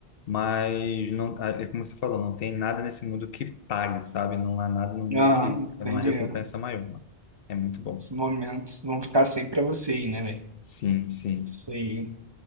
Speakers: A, on the left; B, on the right.
A: Mas, não, ah, é como você falou, não tem nada nesse mundo que pague, sabe? Não há nada no mundo
B: aham,
A: que... Não
B: tem
A: há
B: dinheiro.
A: recompensa maior. mano. É muito bom.
B: Esses momentos vão ficar sempre pra você aí, né, velho?
A: Sim, sim.
B: Isso aí.